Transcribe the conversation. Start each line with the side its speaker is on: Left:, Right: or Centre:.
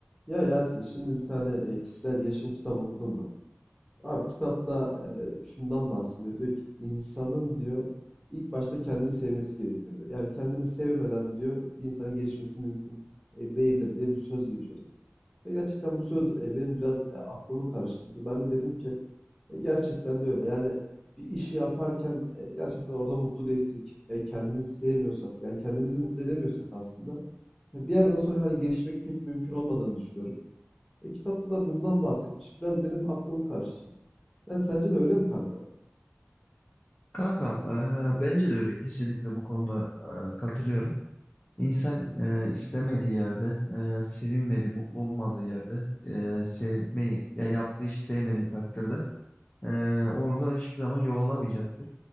Centre: Ya Yasin şimdi bir tane e, kişisel gelişim kitabı okudum da. Abi kitapta e, şundan bahsediyor. Diyor ki insanın diyor ilk başta kendini sevmesi gerekiyor diyor. Yani kendini sevmeden diyor bir insanın gelişmesi mümkün e, değildir diye bir söz geçiyordu. Ve gerçekten bu söz e, benim biraz e, aklımı karıştırdı. Ben de dedim ki e, gerçekten de öyle. Yani bir işi yaparken e, gerçekten orada mutlu değilsek, e, kendimizi sevmiyorsak, yani kendimizi mutlu edemiyorsak aslında ya bir yerden sonra hani gelişmek pek mümkün olmadığını düşünüyorum. Ve kitapta da bundan bahsetmiş. Biraz benim aklımı karıştırdı. Yani sence de öyle mi kanka?
Left: Kankam, eee, bence de öyle. Kesinlikle bu konuda eee, katılıyorum. İnsan eee, istemediği yerde, eee, sevinmediği, mutlu olmadığı yerde, eee, sevmeyi, ya yaptığı işi sevmediği takdirde ee, orada hiçbir zaman yol alamayacaktır